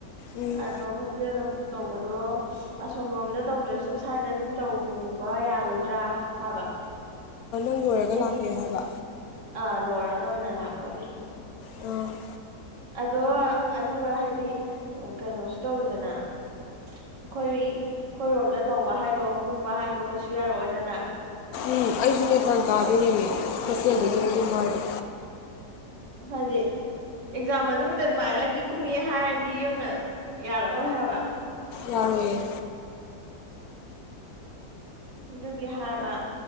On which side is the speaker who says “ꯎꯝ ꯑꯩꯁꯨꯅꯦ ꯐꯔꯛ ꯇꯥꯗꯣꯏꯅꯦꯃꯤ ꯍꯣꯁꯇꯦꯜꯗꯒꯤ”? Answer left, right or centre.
Left